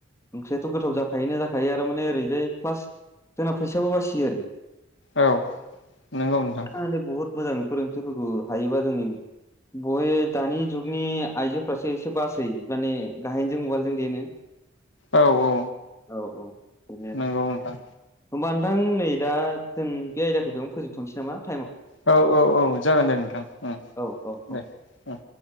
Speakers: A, on the left; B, on the left.
A: ओंख्रियाथ' गोथाव जाखायोनो जाखायो आरो माने ओरैजाय प्लास जोंना फैसाबो बासियो आरो
B: औ नोंगौ नोंथां
A: आरो बहुत मोजां बेफोर ओंख्रि फोरखौ हायोबा जोंनि बय दानि जुगनि आइजोफ्रासो एसे बासै माने गाहेनजों उवालजों देनो
B: औ औ
A: औ औ <inaudible> नायानो
B: नंगौ नोंथां
A: होमबा नोंथां नै दा जों बे आयदाखौ बेयावनो फोजोब
B: औ औ औ जागोन दे नोंथां ओं
A: औ औ औ
B: दे ओं